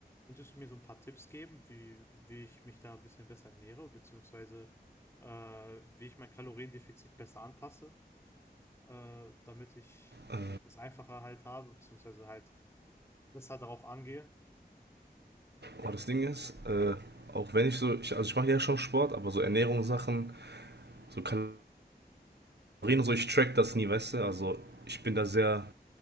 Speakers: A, on the left; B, on the right.
A: könntest du mir so ein paar Tipps geben, wie wie ich mich da ein bisschen besser ernähre, beziehungsweise, äh, wie ich mein Kaloriendefizit besser anpasse? äh, damit ich
B: Äh,
A: es einfacher halt habe, beziehungsweise halt besser darauf angehe.
B: aber das Ding ist, äh, auch wenn ich so, ich, also ich mache ja schon Sport, aber so Ernährungssachen, so Kalorien und so, ich track das nie, weißt du? Also ich bin da sehr